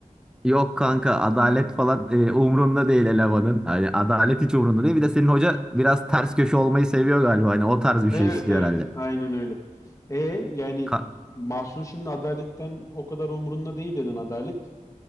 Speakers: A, in the centre; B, on the left.
A: Yok kanka adalet falan e, umrunda değil elemanın. Hani adalet hiç umrunda değil. Bir de senin hoca biraz ters köşe olmayı seviyor galiba. Hani o tarz bir
B: Evet
A: şey istiyor
B: evet
A: herhalde.
B: aynen öyle. E yani
A: Ka-
B: Mahsun şimdi adaletten o kadar umurunda değil dedin adalet.